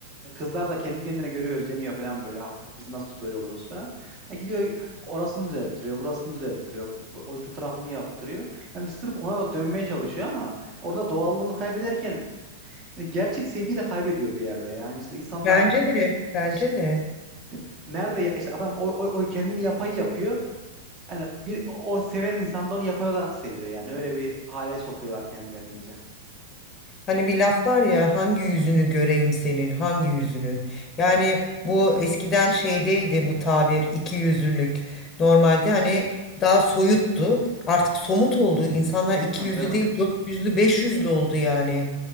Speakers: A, on the right; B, on the left.
A: kızlar da kendi kendine göre özeniyor falan böyle abi bu- biz nasıl böyle oluruz falan. Ha, gidiyor orasını düzelttiriyor burasını düzelttiriyor bu, bu, o bu tarafını yaptırıyor. Hani sırf ona dönmeye çalışıyor ama orada doğallığını kaybederken yani gerçek sevgiyi de kaybediyor bir yerde yani işte insanlar
B: Bence de, bence
A: işte,
B: de.
A: hani Nerede ya işte adam o, o, o kendini yapay yapıyor. Hani bir o o seven insan da onu yapay olarak seviyor yani. Öyle bir hale sokuyorlar kendilerini iyice.
B: Hani bir laf var ya hangi yüzünü göreyim senin hangi yüzünü? Yani bu eskiden şeydeydi bu tabir iki yüzlülük. Normalde hani daha soyuttu. Artık somut oldu. İnsanlar iki
A: <laughs>
B: yüzlü
A: Değil mi?
B: değil dört yüzlü beş yüzlü oldu yani.